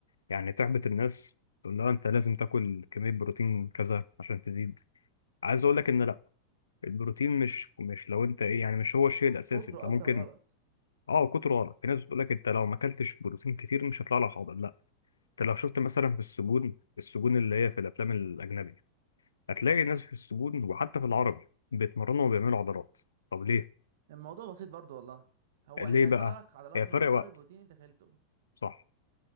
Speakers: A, on the left (about 70°); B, on the right (about 55°).
A: يعني تحبط الناس تقول لها أنت لازم تاكل كمية بروتين كذا عشان تزيد عايز أقول لك إن البروتين مش مش لو انت ايه يعني مش هو الشيء الاساسي
B: كتره
A: انت ممكن
B: أصلا غلط
A: اه كتره غلط في ناس بتقول لك انت لو ما اكلتش بروتين كتير مش هيطلع لك حاضر لا انت لو شفت مثلا في السجون السجون اللي هي في الافلام الاجنبي هتلاقي الناس في السجون وحتى في العربي بيتمرنوا وبيعملوا عضلات طب ليه
B: الموضوع بسيط برضه والله هو
A: ليه
B: أنت هيطلع
A: بقى
B: لك عضلات
A: هي
B: بمقدار
A: فرق وقت
B: البروتين أنت أكلته
A: صح